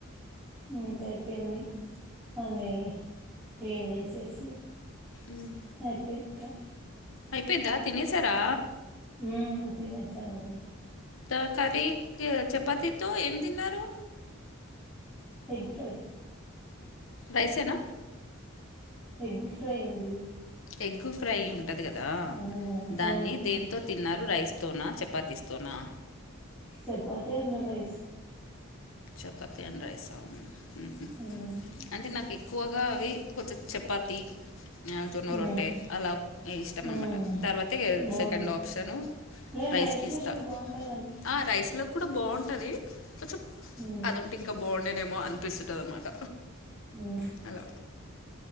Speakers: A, in the centre; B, on the left.
A: మంత్ అయిపోయింది అని క్లీన్ చేసేసి
B: మ్మ్
A: అయిపోయింది పని
B: అయిపోయిందా తినేసారా
A: హ్మ్ తినేసామండి
B: త కర్రీ క్ చపాతితో ఏమ్ తిన్నరు
A: ఎగ్ ఫ్రై
B: రైసేనా
A: ఎగ్గు ఫ్రై అండి
B: ఎగ్గు ఫ్రై ఉంటంది కదా
A: ఆ
B: దాన్ని
A: ఆ
B: దేని తో తిన్నారు రైస్తోనా చపాతీస్ స్తోనా
A: chapati and rice
B: chapati and రైసా హు హ్మ్
A: హ్మ్ హ్
B: అంటే నాకు ఎక్కువగా అవి కొంచెం చపాతి జొన్న రొట్టె
A: ఉమ్
B: అలా ఇష్టం అనమాట
A: ఉమ్
B: తర్వాత ఇగ
A: బాగుంటది
B: సెకండ్ ఆప్షను
A: లే
B: రైస్కి
A: రైస్
B: ఇస్తా
A: ల గుడా బాగుంటది
B: ఆ రైస్ లొ కుడా బాగుంటది కొంచం
A: ఉమ్,
B: అది ఉంటే ఇంకా బాగుండేనేమో అనిపిస్తుంటది అనమాట
A: మ్మ్
B: అల